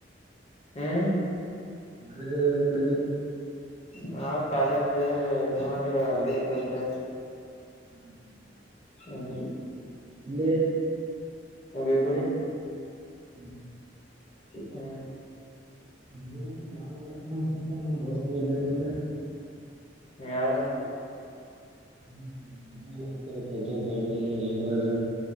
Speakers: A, on the left; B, on the right.
A: ಹ್ಮ್
B: ನಾಳೆದ ಎಲ್ ಮಾಡಡಗೆ
A: ನಾವ್ ಕಾಲೇಜ ಇದು ಮಾಡಿ ಅಗ್ರಿಕಲ್ತೆ
B: ಹ್ಮ್ ಹ್ಮ್
A: ಹ್ಮ
B: ನಿ
A: ಬೀಳ್ಗಡಿ
B: ಹ್ಮ್
A: ಹ್ಮ
B: ನೀ ಬಾ ಮಾಡಕ್ ಕಾಣಿಸಸ್ತಲ್ಪ ನನ್ ಬೋಸ್ ಬಲ್ಲನು
A: ಯಾರು
B: ಹ್ಮ ಪ್ರಜಂತ ಪ್ರಜವಲ್ ದಾಡ ಲಿಂಗರಾಜ